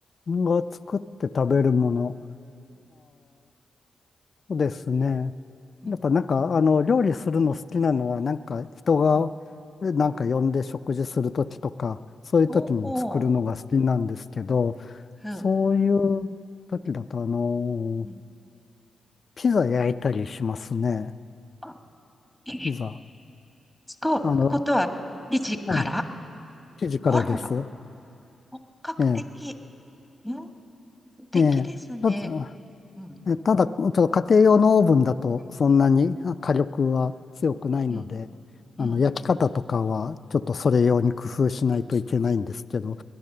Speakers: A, on the left (about 55°); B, in the centre.
A: が作って食べるもの、そうですね。
B: うん。
A: やっぱなんか、あの、料理するの好きなのは、なんか人が、
B: うん。
A: えなんか呼んで食事するときとか、そういうときに作るのが好きなんですけど、
B: おー、うん。
A: そういうときだと、あの、
B: うん
A: ピザ焼いたりしますね。
B: あ、え、
A: ピザ。
B: 使うことは、
A: あの、
B: 生地から
A: あの、生地からです。
B: あらら、本格的。
A: ええ、
B: うん、素敵ですね。
A: ええ。ちょっと
B: うん、
A: えただ、ちょっと家庭用のオーブンだとそんなにあ火力は強くないので、
B: うん、うん、
A: あの、
B: うん。うん
A: 焼き方とかはちょっとそれ用に工夫しないといけないんですけど、